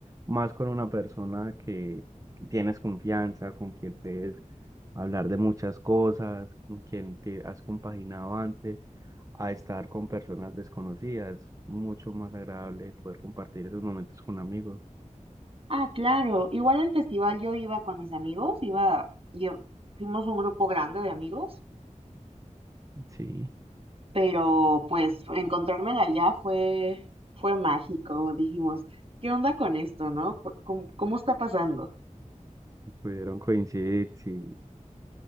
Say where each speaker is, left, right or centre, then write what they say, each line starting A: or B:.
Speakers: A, on the right; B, on the right.
A: más con una persona que, que tienes confianza, con quien puedes hablar de muchas cosas, con quien te has compaginado antes, a estar con personas desconocidas. Mucho más agradable poder compartir esos momentos con amigos.
B: Ah, claro. Igual el festival yo iba con mis amigos, iba, yo, fuimos un grupo grande de amigos,
A: Sí.
B: pero pues encontrármela allá fue, fue mágico. Dijimos, ¿qué onda con esto, no? Por- ¿Cómo, cómo está pasando?
A: Pudieron coincidir, sí.